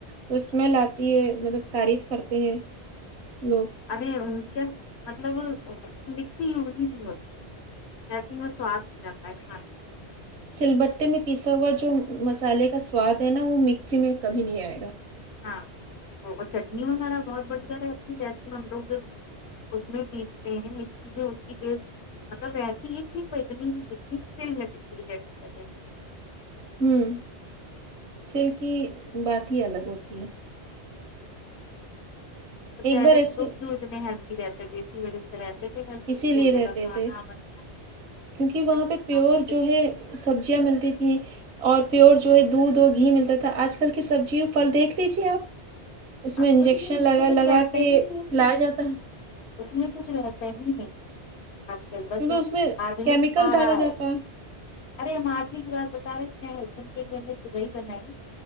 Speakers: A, on the right (about 75°); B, on the left (about 75°).
A: تو اسمیل آتی ہے مطلب تعریف کرتے ہیں لوگ
B: <unintelligible> ایسے میں سواد نہیں آتا ہے کھانے
A: سلبٹے
B: کی وجہ
A: میں پیسا
B: سے۔
A: ہوا جو مسالے کا سواد ہے نا وہ مکسی میں کبھی نہیں آئے گا
B: ہاں اور چٹنی وغیرہ بہت بڑھیا رہتی جیسے میں ہم لوگ جس اس میں پیستے ہیں مکسی میں اسی کے مطلب رہتی یہ ٹھیک ہو اتنی جتنی سلبتے <unintelligible>
A: ھمم سل کی بات ہی الگ ہوتی ہے
B: تو
A: ایک
B: پہلے
A: بار ایسے
B: کے لوگ کیوں اتنے ہیلدی رہتے تھے ایسی وجھے سے رہتے تھے ہیلدی
A: اسی لیے
B: چولہے
A: رہتے
B: کا کھانا
A: تھے
B: بڑھیا
A: کیونکہ وہاں
B: کھاتے
A: پہ پیور
B: تھے،
A: جو ہے سبزیاں ملتی تھی اور پیور جو ہے دودھ اور گھی ملتا تھا آج کل کی سبزیوں پھل دیکھ لیجیے آپ اس میں انجیکشن
B: کچھ بھی
A: لگا
B: اس میں کچھ
A: لگا
B: رہتا
A: کے
B: ہی نہیں ہے
A: لیا جاتا ہے
B: اس میں کچھ رہتا نہیں ہے آج کل بس
A: کیونکہ اس میں
B: آدمی
A: کیمیکل
B: کھا
A: ڈالا
B: رہا
A: جاتا
B: ہے ارے ہم آج ہی ایک بار بتا رہے ہیں ہسبینڈ کے لیے ہم نے تورئی بنائی